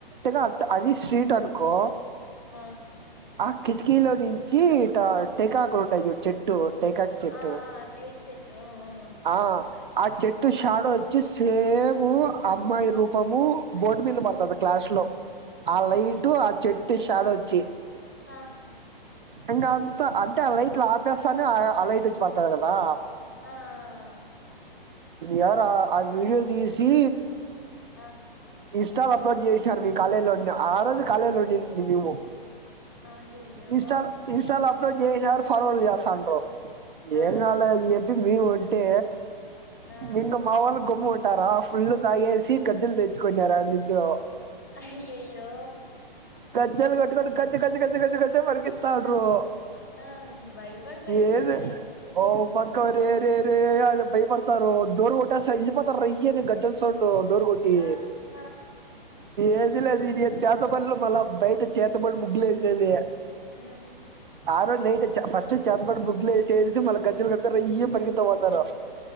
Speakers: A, on the right; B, on the left.
A: గ అట్ అది స్ట్రీట్ అనుకో
B: ఆ
A: ఆ కిటికీలో నుంచి ఇటా టెకాకులుంటాయి చెట్టు టెకాక్ చెట్టు
B: ఆ ఆ టేక్ చెట్టు ఉమ్, ఉమ్.
A: ఆ ఆ చెట్టు షాడో ఓచ్చి సేము అమ్మాయి రూపము బోర్డు మీద పడుతది క్లాష్ లో ఆ లైట్ ఆ చెట్ ట్ షాడోచ్చి
B: అ
A: ఇంకా అంత్త అంటే ఆ లైట్లు ఆపేస్తానే ఆ లైట్ ఓచ్చి పడుతాది గదా
B: ఆ ఆ ఆ
A: యావరో ఆ వీడియో దీసీ
B: ఆ
A: ఇన్స్టాలో అప్లోడ్ జెశినారు మి కళేలో ఆ రోజు కళేలో ఉండింది మేము
B: అయ్యయ్యో
A: ఇన్స్టాల్
B: ఆ
A: ఇన్స్టలో అప్ అప్లోడ్ జీష్ణారు ఫార్వర్డ్ జేసాండ్రు
B: ఆ
A: ఏం కాద్లే అని జెప్పేసి మీము ఉంటే
B: ఆ
A: ఇంకా మా వోళ్ళు గమ్మునుంటారా ఫుల్లు తాగేసి గజ్జల్ దెచ్చుకున్నారూ యాడ్నుంచో
B: అయ్యయ్యో
A: గజ్జలు కట్టుకొని గజ్జ గజ్జ గజ్జ గజ్ గజ్జ గజ్జ పరిగెత్తా ఉండ్రు
B: ఆ భయపడిపోయింటారులే
A: ఏది ఓ మ కరే అరే అరే అల్లుబయపడ్తారో డోర్ గొట్టాసా ఎల్లిపోతార్ రైయని గజ్జల్ సోన్ డొ డోర్ గొట్టి
B: ఆ ఆ
A: ఏది లేదు ఇది చాతబడ్లు బళ్ళ బయిట చేతబడి ముగ్గులేసేది
B: మ్
A: ఆ రోజు నైట్ చ ఫస్ట్ చేతబడి బగ్గులేసేసి మళ్ళ గజ్జలు కట్టుకొని ర రయ్యున పరిగిత్తుకు పోతారు